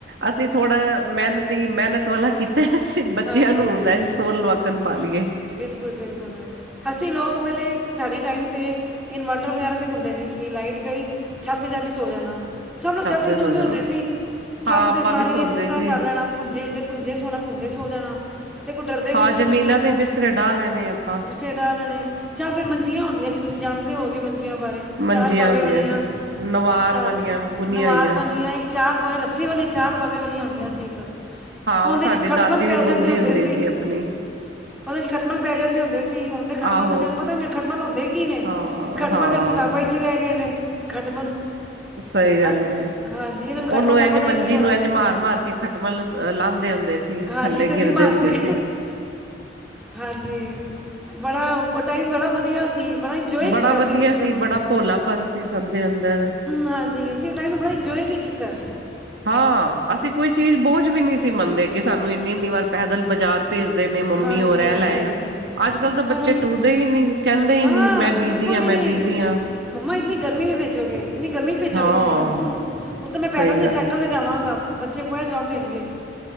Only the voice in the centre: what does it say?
ਹਾਂਜੀ
ਬਿਲਕੁਲ ਬਿਲਕੁਲ <unintelligible> ਸਾਡੇ ਟਾਈਮ 'ਤੇ ਇਨਵਰਟਰ ਵਗੈਰਾ ਤਾਂ ਹੁੰਦੇ ਨਹੀਂ ਸੀ ਲਾਈਟ ਕਈ ਛੱਤ ਜਾ ਕੇ ਸੌ ਜਾਣਾ। ਸਭ ਨੂੰ ਛੱਤ
ਸੌਦੇ
ਹੁੰਦੇ ਸੀ ਛੱਤ
ਤੇ ਸਾਰੇ
ਨੇ ਪਿਸਾ
ਕਰ ਲੈਣਾ ਭੁੰਜੇ ਭੁੰਜੇ ਸੋਣਾ ਪੁੰਜੇ ਸੋ ਜਾਣਾ। ਤੇ ਕੋਈ ਡਰਦੇ ਵੀ
ਨਹੀਂ ਸੀ
ਕਿਸੇ ਚੀਜ਼
ਤੋਂ
ਬਿਸਤਰੇ ਡਾਹ ਲੈਣੇ ਜਾਂ ਫੇਰ ਮੰਜੀਆਂ ਹੁੰਦੀਆਂ ਸੀਂ ਤੁਸੀਂਣਦੇ ਹੋਗੇ ਮੰ ਬਾਰੇ
ਚਾਰ ਪਾਵੇ
ਵਾਲੀਆਂ
ਚ
ਨਵਾਰ
ਵਾਲੀਆਂ। ਚਾਰ ਪਾਵੇ ਰੱਸੀ ਵਾਲੀਆਂ ਚਾਰ ਬਾਬੇ ਵਾਲੀਆਂ ਹੁੰਦੀਆਂ ਸੀ ਇੱਕ
ਉਹਦੇ
'ਚ ਖਟਮਲ
ਪੈ ਜਾਂਦੇ
ਹੁੰਦੇ
ਉਹਦੇ ਖੱਟਮਲ ਪੈ ਜਾਂਦੇ ਹੁੰਦੇ ਸੀ ਹੁਣ ਦੇ ਖੱਟਮਲ
ਪਸੇ ਨੂੰ ਪਤਾ ਨ ਖੱਟਮਲ ਹੁੰਦੇ ਕੀ ਨੇ?
ਖਤਮ
ਤੇਨ ਕਿ ਤਾਂ ਪਏ ਸੀ ਰਹਿ ਗਏ ਨੇ। ਖਟਮਲ
ਅ
ਹਾਂਜੀ ਇਹਨਾਂ ਨੂੰ ਖਟਮਲ
ਦਾ
ਪਤਾ ਹੀ
ਨਹੀਂ ਹੋਣਾ
ਹਾਂਜੀ
ਤੇ ਅਸੀਂ
ਮਾਰਨੇ
ਹਾਂਜੀ ਬੜਾ ਉਪਰ ਟਾਈਮ ਬੜਾ ਵਧੀਆ ਸੀ। ਬੜਾ ਇੰਜੋਏ
ਕੀਤਾ
ਇਸ ਚੀਜ਼ਾਂ
ਨੂੰ
ਹਾਂਜੀ ਅਸੀਂ ਉਹ ਟਾਈਮ ਨੂੰ ਬੜਾ ਇੰਜੋਏ ਵੀ ਕੀਤਾ।
ਹਾਂਜੀ
ਹਾਂਜੀ
ਹੁਣ
ਨਾ
ਬਿਲਕੁਲ ਵੀ
ਨਹੀਂ
ਮੰਮਾ ਇੰਨੀ ਗਰਮੀੀ ਵੀ ਭੇਜੋਗੇ ਇੰਨੀ ਗਰਮੀ ਭੇਜੋਗੇ
ਤੁਸੀਂ ਮੈਨੂੰ <unintelligible> ਮੈਂ ਪੈਦਲ
ਨਹੀਂ
ਸਾਈਕਲ 'ਤੇ ਜਾਵਾਂਗਾ। ਬਛੇ ਉਆ ਜਵਾਬ ਦੇਣਗੇ